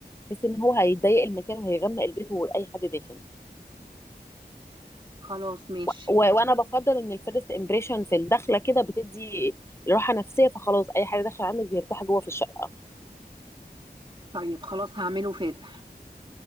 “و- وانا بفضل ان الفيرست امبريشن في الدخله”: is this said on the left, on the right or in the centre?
Left